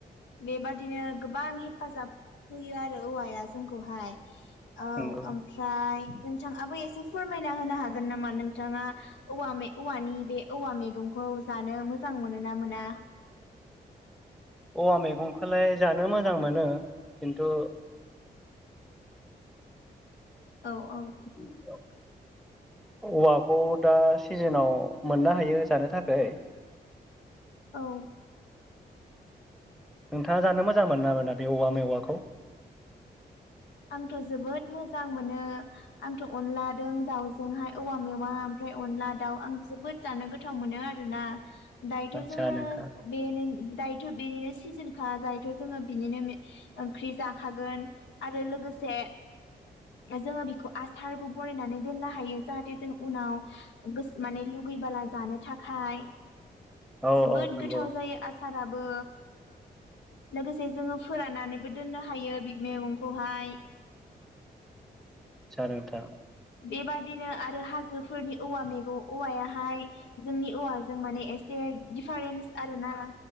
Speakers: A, on the left (about 85°); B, in the centre.
A: बेबादिनो गोबां हेफाजाब होयो आरो औवाया जोंखौहाय औ
B: नंगौ
A: ओमफ्राय नोंथाङाबो एसे फोरमायना होनो हागोन नामा नोंथाङा औव औवानि बे औवा मैगंखौ औ जानो मोजां मोन ना मोना
B: औवा मैगंखौलाय जानो मोजां मोनो खिन्थु
A: औ औ
B: बि औवाखौ दा सिजोनाव मोननो हायो जानो थाखाय।
A: औ
B: नोंथाङा जानो मोजां मोनो ना मोना बे औवा मेवाखौ?
A: आंथ' जोबोद मोजां मोनो। आंथ' अनलाजों दाउजोंहाय औवा मेवा ओमफ्राय अनला दाउ आं जोबोद जानो गोथाव मोनो आरो। ना दायोथ'
B: आदसा
A: जोङो
B: नोंथां
A: <unintelligible> दायोथ बेनिनो सिजोनखा जायथ' जोङो बेनिनो ओंख्रि जाखागोन। आरो लोगोसे <unintelligible> जोङो बेखौ आसारबो बरायनानै दोननो हायो जाहाथे जों उनाव <unintelligible> माने लुगै बाला जानो थाखाय
B: औ
A: जोबोद
B: औ नंगौ
A: गोथाव जायो <unintelligible> साराबो लोगोसे जोङो फोरनानैबो दोननो हायो बे <unintelligible> खौहाय <inaudible>
B: <unintelligible> नोंथां
A: बेबादिनो आरो हाजोफोरनि औवा मैगं औवायाहाय जोंनि औवाजों माने एसे डिफारेन्स आरोना